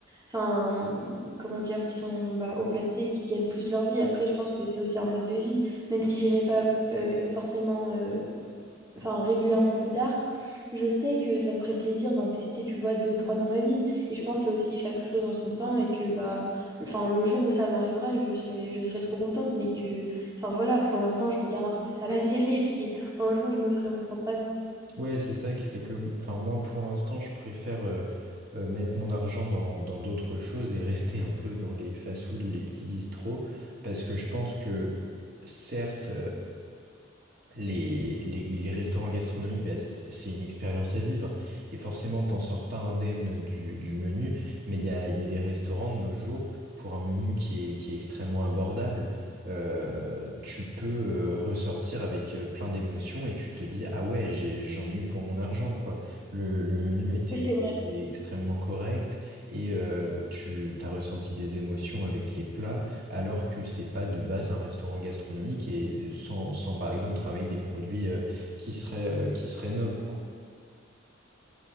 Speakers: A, on the right (about 20°); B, on the right (about 50°).
A: enfin, comment dire, qui sont bah, haut placés, qui gagnent plus leur vie. Après, je pense que c'est aussi un mode de vie, même si j'irai pas euh, forcément, euh, enfin, régulièrement plus tard. Je sais que ça me ferait plaisir d'en tester, tu vois, deux, trois dans ma vie. Et je pense que c'est aussi chaque chose en son temps et que, bah, enfin, le jour où ça m'arrivera, je serai, je serai trop contente. Mais que, enfin, voilà, pour l'instant, je regarde un peu ça à la télé et puis un jour, je me ferai mon propre avis.
B: Ouais, c'est ça, qui- c'est que, enfin, moi, pour l'instant, je préfère euh, euh, mettre mon argent dans, dans d'autres choses et rester un peu dans les fast-food ou les petits bistrots, parce que je pense que, certes, Les, les, les restaurants gastronomiques, bah, c- c'est une expérience à vivre. Et forcément, t'en sors pas indemne du, du menu, mais il y a, il y a des restaurants de nos jours pour un menu qui est, qui est extrêmement abordable. euh, tu peux euh, ressortir avec euh, plein d'émotions et tu te dis, ah ouais, j'ai- j'en ai eu pour mon argent, quoi. Le, le menu était,
A: Oui, c'est vrai.
B: était extrêmement correct et euh, tu as ressenti des émotions avec les plats alors que c'est pas de base un restaurant gastronomique et sans, sans par exemple travailler des produits euh, qui seraient, euh, qui seraient nobles, quoi.